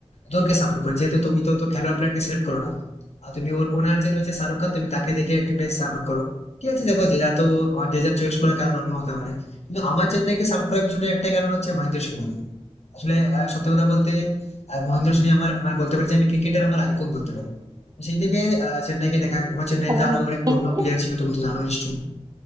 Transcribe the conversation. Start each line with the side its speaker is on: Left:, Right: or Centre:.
Left: দলকে সাপোর্ট করি যেহেতু তুমি তো হয়তো খেলোয়াড় প্লেয়ারকে সিলেক্ট করো না আর তুমি ওর ওনার যে রয়েছে শাহরুখ খান তুমি তাকে দেখে টিমটাকে সাপোর্ট করো ঠিক আছে দেখো যে যার তো আহ, যে যার চয়েস করার কারণ অন্য হতে পারে কিন্তু আমার চেন্নাইকে সাপোর্ট করার পিছনে একটাই কারণ হচ্ছে মহেন্দ্র সিং ধোনি আসলে আহ, সত্যি কথা বলতে আহ, মহেন্দ্র সিং আমার মানে বলতে পারছি আমি ক্রিকেটের আমার আইকন বলতে পারো তো সেই থেকে আহ, চেন্নাইকে দেখা আমার চেন্নাইতে
Right: আহ,
Left: আরো অনেক পুরোনো
Right: এই যে,
Left: প্লেয়ার ছিল তুমি তো জানো নিশ্চয়ই